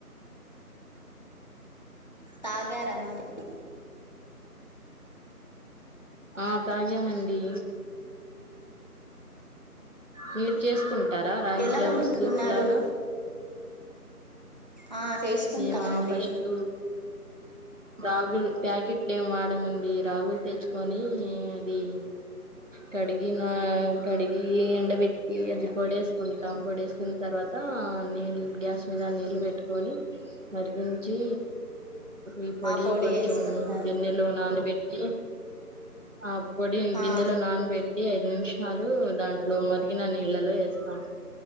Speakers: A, on the left; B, on the right.
A: తాగార మరి
B: ఆ తగం మండి మీరు చేసుకుం టార రాగి
A: ఎలా
B: జావ
A: వండుకున్నారు
B: సూపులాగా
A: ఆ చేసుకుంటామండి
B: మేమ ఫస్ట్ రాగులు ప్యాకెట్లు ఏమి వాడమండి రాగులు తెచ్చుకొని అది కడిగిన కడిగి ఎండబెట్టి అది పొడేసుకుంటాం పొడేసుకున్న తర్వాత నీళ్ళ గ్యాస్ మీద నీళ్ళు పెట్టుకొని మరిగించి ఈ పొడి
A: ఆ
B: కొంచెం
A: చేసుకుంటారు
B: గిన్నెలో నానబెట్టి ఆ పొడి
A: ఆ
B: గిన్నెలో నానబెట్టి ఐదు నిమిషాలు దాంట్లో మ మరిగిన నీళ్ళలో వేస్తాం